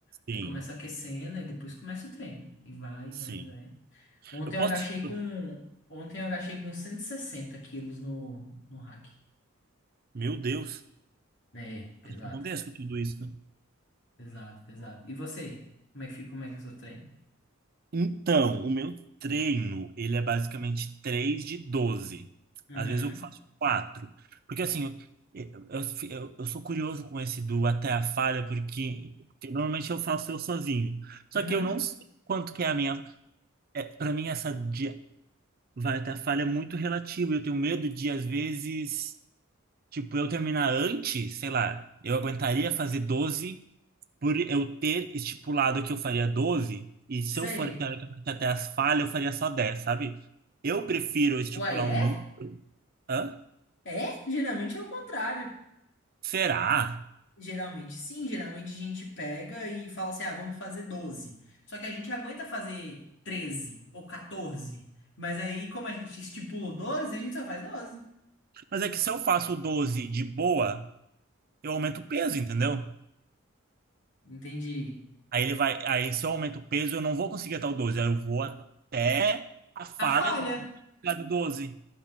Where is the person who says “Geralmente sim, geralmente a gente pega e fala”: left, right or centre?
Left